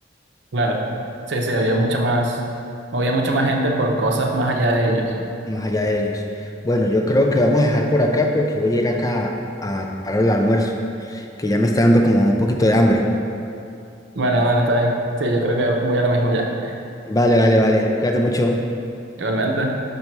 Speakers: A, on the right; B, on the left.
A: Claro, sí, sí, había mucha más, había mucha más gente por cosas más allá de ellos.
B: más allá de ellos. Bueno, yo creo que vamos a dejar por acá porque voy a ir acá a parar el almuerzo, que ya me está dando como un poquito de hambre.
A: Bueno, bueno, está bien. Sí, yo creo que voy a lo mismo ya,
B: Vale, vale, vale. Cuídate mucho.
A: igualmente.